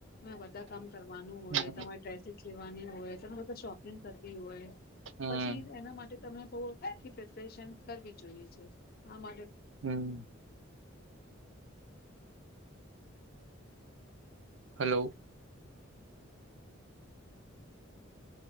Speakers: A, on the left; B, on the right.
A: હા બધા કામ કરવાનું હોય
B: હમ
A: તમારે ટ્રેફિક લેવાની હોય તને બધા શોપિંગ કરતી હોય
B: હમ
A: પછી એના માટે તમે તો આખી પ્રેપરેશન કરવી જોઈએ છે. આ માટે
B: હમ્મ. હાલો.